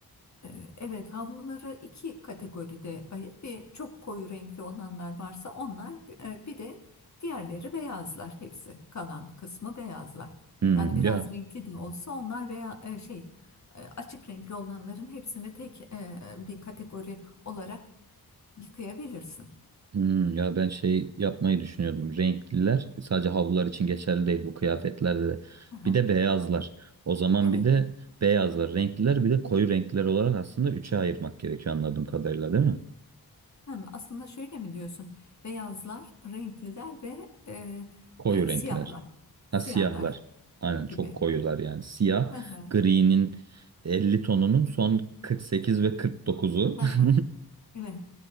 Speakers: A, on the left; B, on the right.
A: Ee, Evet, havluları iki kategoride ayır. Bir çok koyu renkli olanlar varsa onlar, e, bir de diğerleri beyazlar. Hepsi kalan kısmı beyazlar.
B: Hmm,
A: Yani biraz
B: ya
A: renkli de olsa onlar veya e, şey e, açık renkli olanların hepsini tek e, bir kategori olarak yıkayabilirsin.
B: Hmm, ya ben şey yapmayı düşünüyordum. Renkliler sadece havlular için geçerli değil bu kıyafetlerde de.
A: Aha,
B: Bir de beyazlar. O zaman
A: evet.
B: bir de beyazlar, renkliler bir de koyu renkliler olarak aslında üçe ayırmak gerekiyor anladığım kadarıyla değil mi?
A: Hı, aslında şöyle mi diyorsun? Beyazlar, renkliler ve e,
B: Koyu
A: e,
B: renkler.
A: siyahlar, siyahlar
B: Ha siyahlar. Aynen çok
A: gibi.
B: koyular yani. Siyah,
A: Hı hı,
B: gri'nin 50 tonunun son 48 ve 49'u.
A: hı hı,
B: <laughs>
A: Evet.